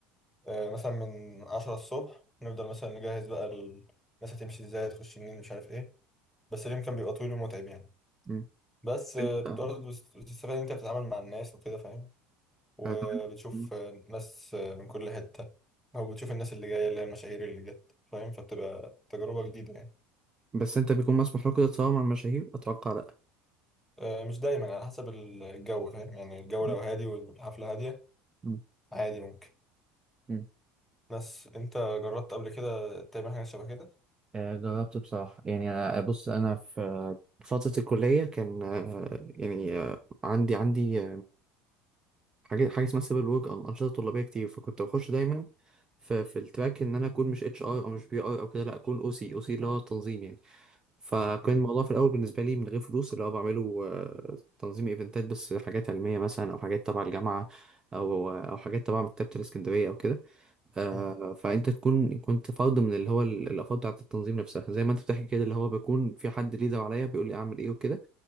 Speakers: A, in the centre; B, on the right.
A: آه، مثلا من عشرة الصبح نفضل مثلا نجهز بقى ال- الناس هتمشي ازاي هتخش منين مش عارف ايه بس اليوم كان بيبقى طويل ومتعب يعني
B: امم
A: بس آه،
B: انت
A: بتقعد
B: آه،
A: بس- بتستفاد ان انت بتتعامل مع الناس وكده فاهم وبتشوف
B: آه، طب أنت- مم.
A: آه، ناس آه، من كل حتة او بتشوف الناس اللي جاية اللي هي المشاهير اللي جت فاهم فبتبقى تجربة جديدة يعني
B: بس انت بيكون مسموح لكم تتصور مع المشاهير اتوقع لا
A: آه، مش دايما على حسب الجو فاهم يعني الجو
B: مم.
A: لو هادي والحفلة هادية
B: مم.
A: عادي ممكن
B: مم.
A: بس انت جربت قبل كده تعمل حاجة شبه كده؟
B: آه، جربت بصراحة يعني أنا بص أنا في فترة الكلية كان آه، يعني آه، عندي عندي حاجه حاجه اسمها سيفل ورك او انشطه طلابيه كتير فكنت بخش دايما في في التراك ان انا اكون مش اتش ار او مش بي ار او كده لا اكون او سي او سي اللي هو تنظيم يعني فكان
A: مم.
B: الموضوع في الاول بالنسبه لي من غير فلوس اللي هو بعمله آه، تنظيم ايفنتات بس حاجات علميه مثلا او حاجات تبع الجامعه او او حاجات تبع مكتبه الاسكندريه او كده آه،
A: مم.
B: فانت تكون كنت فرد من اللي هو ال- الافراد بتاعت التنظيم نفسها زي ما انت بتحكي كده اللي هو بيكون في حد ليدر عليا بيقول لي اعمل ايه وكده